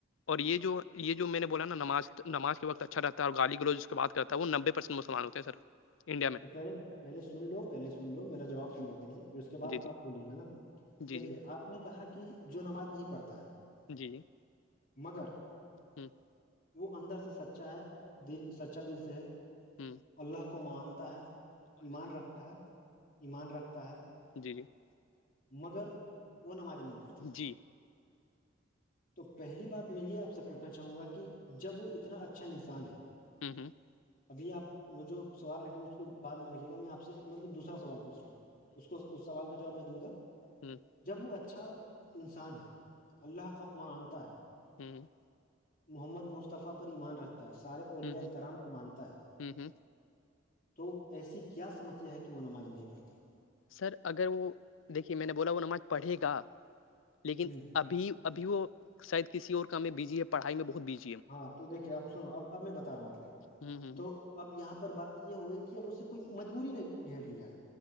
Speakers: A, on the left (about 75°); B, on the left (about 45°).
A: اور یہ جو یہ جو میں نے بولا نا ناز نماز کے وقت اچھا رہتا ہے اور گالی گلوج کے بات کرتا تو وہ نبے پرسینٹ مسلمان ہوتے ہیں سر انڈیا میں
B: تو پہلے پہلے سن لو پہلے سن لو میرا جواب سن لو پہلے پھر اس کے بعد
A: جی جی
B: آپ بولیے گا نا
A: جی
B: دیکھیے
A: جی
B: آپ نے کہا کہ جو نماز نہیں پڑھتا ہے
A: جی
B: مگر
A: ہوں <inaudible>
B: وہ اندر سے سچا ہے دل سچا دل سے ہے
A: ہ
B: اللہ کو مانتا ہے ایمان رکھتا ہے ایمان رکھتا ہے
A: جی جی <inaudible>
B: مگر وہ نمازنیتی <unintelligible>
A: جی
B: تو پہلی بات میں یہ آپ سے پوچھنا چاہوں گا کہ جب وہ اتنا اچھا انسان ہے
A: ہوں ہوں <inaudible>
B: ابھی آپ وہ جو سوال رکھے اس کو بد میں رکھیے گا میں آپ سے مطلب دوسرا سوال پوچھ رہا ہوں اس کو اس سوال کا جواب میں دوں گا
A: ہوں <inaudible>
B: جب وہ اچھا انسان ہے اللہ کا ماں منتا ہے <unintelligible>
A: ہوں <inaudible>
B: محمد مصطفی پر ایمان رکھتا ہے سارے اولیاء
A: ہ
B: کرام کو مانتا ہے
A: ہ ہ
B: تو ایسی کیا سمسیا ہے کہ وہ نماز نہیں پڑھتا
A: سر اگر وہ دیکھیے میں نے بولا وہ نماز پڑھے گا لیکن
B: ہ
A: ابھی ابھی وہ شاید کسی اور کام میں بزی ہے پڑھائی میں بہت بجی
B: ہاں تو دیکھیے اب سنو اب اب میں بتا رہا ہوں آپ کو
A: ہ
B: تو اب یہاں پر بات یہ ہو گئی کہ اب اسے کوئی مجبوری نہیں گھیر لیا ہے